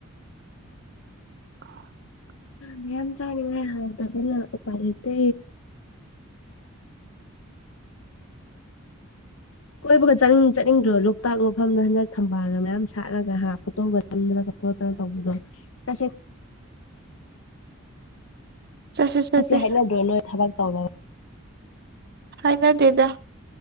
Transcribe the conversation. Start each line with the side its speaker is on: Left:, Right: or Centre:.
Right: <unintelligible>
Left: ꯃꯌꯥꯝ ꯆꯥꯅꯤꯡꯉ ꯇꯕꯤꯜ ꯂ ꯎꯄ ꯂꯩꯇꯦ ꯀꯣꯏꯕꯒꯅꯤꯡ ꯆꯠꯅꯤꯡꯗ꯭ꯔꯣ ꯂꯣꯛꯇꯥꯛ ꯃꯐꯝꯗ ꯍꯟꯗꯛ ꯊꯝꯕꯥꯜꯒ ꯃꯌꯥꯝ ꯁꯥꯠꯂꯒ ꯍꯥ ꯐꯣꯇꯣꯒꯝꯅ ꯇꯗ ꯇꯁꯦ
Right: ꯆꯠꯁꯦ ꯆꯠꯁꯦ
Left: ꯃ ꯁꯤ ꯍꯥꯏꯗ꯭ꯔꯣ ꯅꯣꯏ ꯊꯕꯛ ꯇꯧꯔꯕ
Right: ꯍꯥꯏꯅ ꯗꯦꯗ